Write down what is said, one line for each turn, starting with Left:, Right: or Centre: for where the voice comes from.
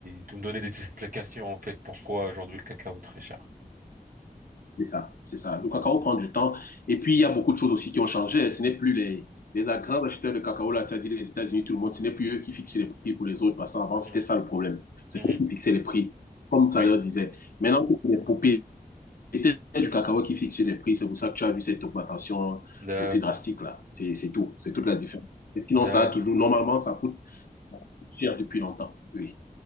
Right: tu me donnais des <laughs> explications en fait pourquoi aujourd'hui le cacao est très cher.
Left: C'est ça, c'est ça. Le cacao prend du temps. Et puis, il y a beaucoup de choses aussi qui ont changé. Ce n'est plus les, les grands acheteurs de cacao, là, c'est-à-dire les États-Unis, tout le monde, ce n'est plus eux qui fixaient les prix pour les autres. Parce qu'avant, c'était
Right: Hmm.
Left: ça le problème. C'est
Right: Mhm.
Left: eux qui fixaient les prix, comme ça
Right: Oui,
Left: leur disait. Maintenant, c'est les propriétaires du cacao qui fixent les prix. C'est pour ça que tu as vu cette augmentation
Right: d'accord,
Left: aussi drastique, là. C'est c'est tout. C'est toute la différence. Mais sinon,
Right: d'accord,
Left: ça a toujours, normalement, ça coûte, ça coûte cher depuis longtemps. Oui,